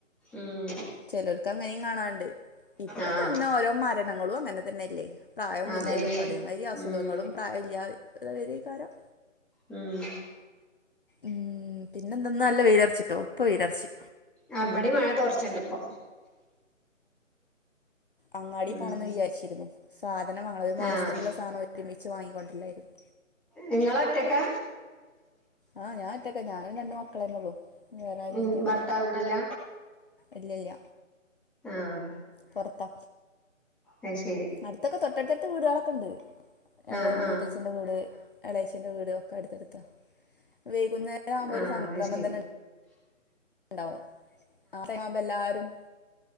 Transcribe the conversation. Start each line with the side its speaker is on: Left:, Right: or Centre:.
Centre: ഉം
Left: ചെലോൽക്ക് അങ്ങനിം കാണാണ്ട്. ഇപ്പൊ
Centre: ആഹ്
Left: തന്ന ഓരോ മരണങ്ങളും അങ്ങനെ തന്നെയല്ലെ. പ്രായമൊന്നും
Centre: അതന്നെ
Left: ഇല്യല്ലോ. അതേമാതിരി അസുഖങ്ങളും
Centre: ഉം
Left: പ്രായം ഇല്ലാതെ വരേകാരം.
Centre: ഉം
Left: ഉം പിന്നെന്ത ഇന്ന് നല്ല വെയിലെറിച്ചിട്ടൊ. ഇപ്പം വെയിലറ്ച്ച്.
Centre: ആഹ് ഇബടിം മഴ തോറ്ച്ണ്ട് ഇപ്പം.
Left: അങ്ങാടി
Centre: ഉം
Left: പോണംന്ന് വിചാരിച്ചിരുന്നു. സാധനം വാങ്ങണം. ഒരു മാസത്തിനുള്ള
Centre: ആഹ്
Left: സാനം ഒരുമിച്ച് വാങ്ങിക്കൊണ്ടര്ലായിരുന്നു.
Centre: നിങ്ങള് ഒറ്റക്കാ.
Left: ആഹ് ഞാൻ ഒറ്റക്ക. ഞാനും രണ്ട് മക്കളെന്നെ ഒള്ളു വേറെ ആരും
Centre: ഉം
Left: ഇല്ല.
Centre: ഭർത്താവ് ഇവിടല്ല
Left: ഇല്യല്ല.
Centre: ആഹ്
Left: പൊറത്ത
Centre: അത് ശരി
Left: അടുത്തൊക്കെ തൊട്ടട്ടട്ത്തത്ത് വീടുകളൊക്കെ ഇണ്ട്. ഏള
Centre: ആഹ്
Left: മൂത്തച്ഛന്റെ
Centre: ആഹ്
Left: വീട്. എളേച്ചന്റെ വീട് ഒക്കെ അടുത്തെട്ത്ത. വൈകുന്നേരം ആവുമ്പോ
Centre: ആഹ്
Left: ഒരു സംഗമം
Centre: അത് ശരി
Left: തന്നെ ഇണ്ടാവും. ആഹ് ടൈം ആകുമ്പ എല്ലാരും.